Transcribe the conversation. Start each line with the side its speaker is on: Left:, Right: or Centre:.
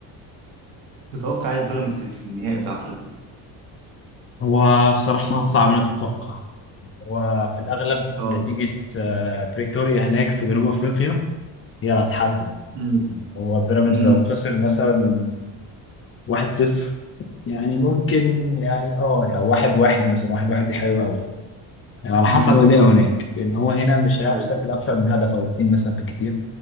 Right: تتوقع ايه بيراميدز في النهائي بتاع افريقيا
Left: هو بصراحه صعب انك تتوقع هو في الاغلب
Right: اه
Left: نتيجه آه، بريتوريا هناك في جنوب افريقيا هي اللي هتحدد
Right: امم
Left: هو بيراميدز
Right: امم
Left: لو خسر مثلا واحد صفر يعني ممكن يعني اه يعني واحد واحد مثلا واحد واحد دي حلوة قوي يعني على
Right: امم
Left: حسب اداء هناك لأن هو هنا مش هيعرف
Right: ايوه
Left: يسجل أكتر من هدف أو اتنين مثلا بالكتير